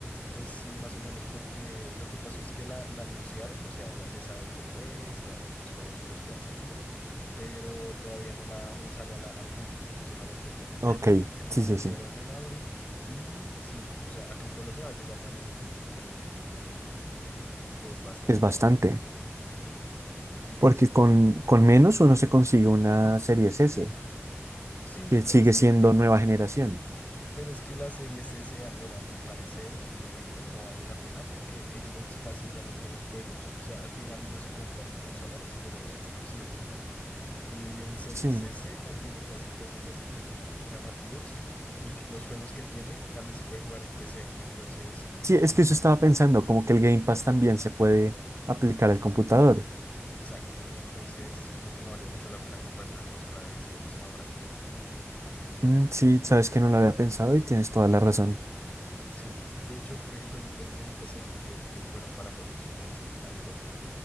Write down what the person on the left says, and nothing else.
Pues sí, más o menos, porque lo que pasó es que la, la anunciaron, o sea, ya se sabe cómo es, la- los juegos con los que va a salir, pero todavía no, la, no sale a la- al público, si me hago entender.
<clears throat> La
anunciaron
en abril y sí, o sea, acá en Colombia va a llegar valiendo como 3 millones de pesos, que es bastante.
Ujú. Sí, sí,
sí.
Sí,
pero
es que,
Pero es que la Series S, bueno, a mi parecer, en mi opinión, no vale la pena porque Xbox casi ya no tiene juegos. O sea, al final uno se compra una consola pues por los exclusivos, ¿no? Y el Series
S no tiene casi juegos así como llamativos. Y los juegos que tiene también se puede jugar en PC. Entonces,
si
yo...
Ujú.
Exacto. Entonces, como que no vale mucho la pena comprarse una consola de Xbox ahora mismo. <clears throat>
Sí, de hecho, por ejemplo, yo tengo un PC que, que es bueno para juegos, entonces ahí juego.